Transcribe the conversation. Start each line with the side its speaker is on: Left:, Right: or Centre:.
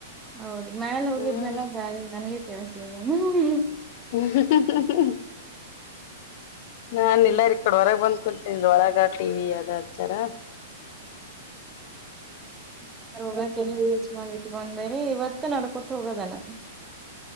Right: ಹೌದು ಮ್ಯಲೆ ಹೋಗಿದ್ನೆಲ್ಲ
Left: ಹ್ಮ್
Right: ಬಳಿ ನನ್ಗೇ ಕೇಳಿಸ್ಲೈಲ್ಲೇನು ಹ್ ಹ್ ಹ್ಮ್
Left: ಹ್ ಹ್ ಹ್ ಹ್ಮ್ ನಾನ್ ಇಲ್ಲಾರ್ ಈ ಕಡೆ ಹೊರಗೆ ಬಂದ್ ಕುತೀನ್ರೀ ಒಳಗ ಟಿವಿ ಅದ ಚರ
Right: <unintelligible> ಮಾಡಿಟ್ಕೊಂಡ್ರಿ ಏಯ್ ಇವತ್ತು ನಡ್ಕೊತ್ ಹೋಗೋದೆನ.